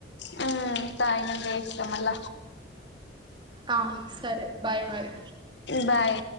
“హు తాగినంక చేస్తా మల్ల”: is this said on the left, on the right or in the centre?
Left